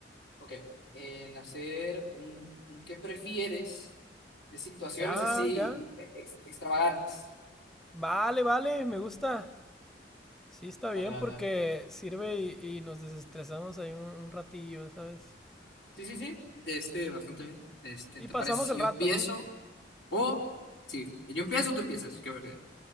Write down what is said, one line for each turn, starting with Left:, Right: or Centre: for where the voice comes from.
Left: Ok. En hacer un, un qué prefieres de situaciones
Centre: Ya,
Left: así
Centre: ya.
Left: eh, ex- extravagantes.
Centre: Vale, vale, me gusta. Sí, está bien
Left: Dale, dale,
Centre: porque
Left: dale.
Centre: sirve y, y nos desestresamos ahí un, un ratillo, ¿sabes?
Left: Sí, sí, sí. De este, bastante bien. De este,
Centre: Y
Left: ¿te
Centre: pasamos
Left: parece si
Centre: el
Left: yo
Centre: rato,
Left: empiezo
Centre: ¿no?
Left: o. Sí, yo empiezo o tú empiezas? ¿Qué prefieres?